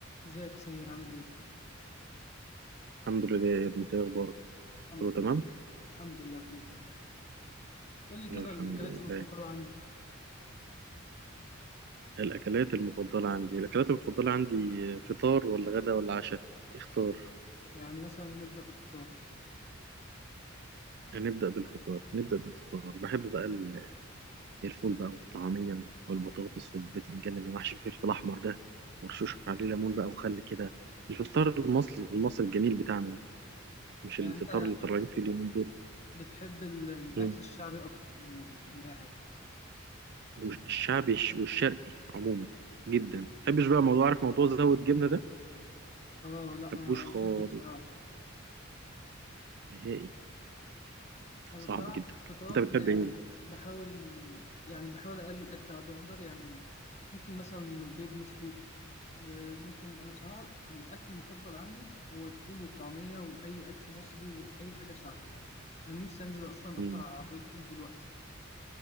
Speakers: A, on the left (about 35°); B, on the right (about 55°).
A: ازيك يا سمير عامل ايه؟
B: الحمد لله يا دي انت ايه اخبارك
A: الحمد
B: كله تمام
A: لله الحمد لله كله تمام قول لي كده
B: الحمد
A: الاكلات
B: لله
A: المفضلة عندك
B: الاكلات المفضله عندي الاكلات المفضله عندي فطار ولا غدا ولا عشاء اختار
A: يعني مثلا نبدأ بالفطار
B: هنبدا بالفطار نبدا بالفطار بحب بقى ال- الفول بقى والطعميه والبطاطس والبتنجان اللي محشي فيه الفلفل احمر ده ورشوش عليه ليمون بقى وخل كده الفطار المصري المصري الجميل بتاعنا ده مش
A: يعني
B: الفطار
A: انت
B: اللي طالعين فيه اليومين دول
A: بتحب ال- الاكل
B: مم.
A: الشعبي اكتر من ال... من اي حاجة
B: والشعبي الش- والشرقي عموما جدا ما بحبش بقى موضوع عارف موضوع زود جبنه ده ما
A: اه لا
B: بحبوش
A: انا
B: خالص
A: ضده بصراحة
B: نهائي
A: انا
B: صعب
A: بصراحة
B: جدا
A: في الفطار
B: انت بتحب
A: يعني
B: ايه
A: بحاول يعني بحاول اقلل اكل على قد ما اقدر يعني ممكن مثلا بيض مسلوق وممكن انا بصراحة في الاكل المفضل عندي هو الفول والطعمية واي اكل مصري واي حاجة شعبي يعني انا نفسي انزل اصلا
B: مم.
A: افطر على عربية فول دلوقتي